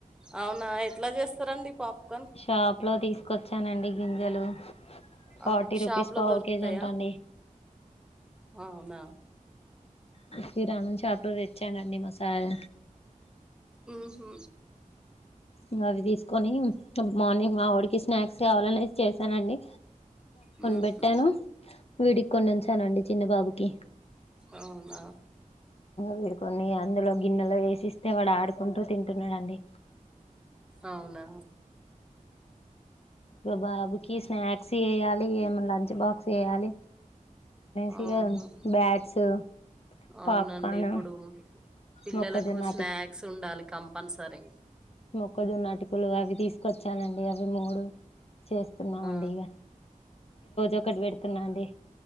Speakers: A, in the centre; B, on the left.
A: అవునా ఎట్ల జేస్తరండి పాప్కన్
B: షాప్ లో తీసుకొచ్చానండి గింజలు ఫార్టీ
A: ఆహా!
B: రూపీస్
A: షాప్‌లో
B: పావు
A: దొరుకుతాయా?
B: కే జీ అంటా అండి
A: అవునా!
B: కిరాణం షాప్ లో దెచ్చానండి మా సార్
A: ఉమ్ హ్
B: ఇంగవి దీసుకొని అం మార్నింగ్ మా ఓడికి స్నాక్స్ గావాలంటే చేశానండి
A: హుహు.
B: బెట్టాను వీడికి కొన్ని ఉంచానండి చిన్నబాబుకి
A: అవునా
B: వీడు కొన్ని అందులో గిన్నెలో వేసిస్తే వాడు ఆడుకుంటూ తింటున్నాడండి
A: అవునా
B: బాబుకి స్నాక్స్ జేయాలి ఏమో లంచ్ బాక్స్ జేయాలి సిగా
A: ఆహా!
B: బ్యాట్స్
A: అవునండి
B: పాప్కార్న్
A: ఇప్పుడు పిల్లలకు
B: మొక్కజొన్న
A: స్నాక్స్ ఉండాలి కంపన్సరీ
B: క్కజోన్నటుకులు అవి తీసుకొచ్చానండి అవి మూడు చేస్తున్నామండి
A: ఆ!
B: ఇగ ఒకటి పెడుతున్నా అండి